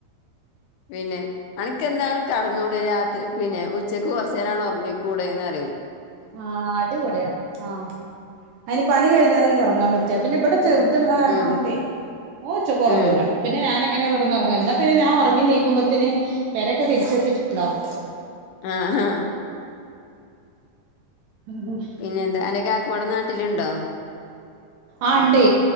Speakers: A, on the left (about 85°); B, on the right (about 75°).
A: പിന്നെ അനക്ക്ന്താണ് കടന്നുടെ രാത്രി പിന്നെ ഉച്ചക്ക് കുറച്ച് നേരാണ് ഉറങ്ങിക്കൂടെന്ന്റിം.
B: ആഹ് അടിപൊളിയാ ആഹ് അയിന് പണി കഴിഞ്ഞാലല്ലെ ഒറങ്ങാൻ പറ്റാ. ച്ച പിന്നെ ഇവിടെ ചെറുതുള്ള കാരണം
A: ഉം
B: കൊണ്ടേ ഓൻ ച്ചക്ക്റങ്ങൂല.
A: ഉം
B: പിന്നെ ഞാൻങ്ങനെ കിടന്ന്റങ്ങും എന്നാ പിന്നെ ഞാ ഉറങ്ങി നീക്കുമ്പോത്തിന് പേരൊക്കെ തിരിച്ച് വെച്ചിട്ടുണ്ടാവും.
A: ആഹ് ആഹ
B: ഉ
A: പിന്നെ എന്താ അന്റെ കാക്കുവടെ നാട്ടിലുണ്ടോ
B: ആണ്ട്